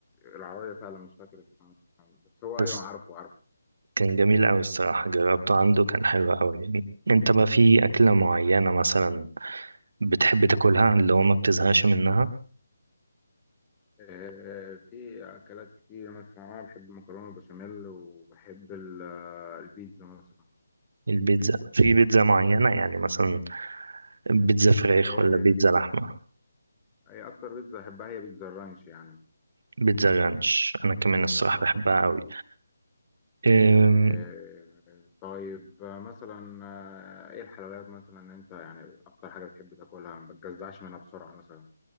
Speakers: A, on the left (about 15°); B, on the right (about 50°).
A: العربية فعلا مش فاكر اسمها بس هو
B: بس
A: أيوة عارفه عارفه
B: كان جميل قوي الصراحة جربته عنده كان حلو قوي انت بقى في أكلة معينة مثلا بتحب تاكلها اللي هو ما بتزهقش منها
A: آه، في أكلات كتير مثلا أنا بحب المكرونة البشاميل وبحب ال- آه، البيتزا مثلا
B: البيتزا في بيتزا معينة يعني مثلا بيتزا فراخ
A: آه،
B: ولا بيتزا لحمة
A: أي أكتر بيتزا أحبها هي بيتزا الرانش يعني
B: بيتزا رانش أنا كمان الصراحة
A: آه.
B: بحبها أوي أم،
A: آه، طيب آه، مثلا آه، إيه الحلويات مثلا أنت يعني أكتر حاجة بتحب تاكلها ما بتجزعش منها بسرعة مثلا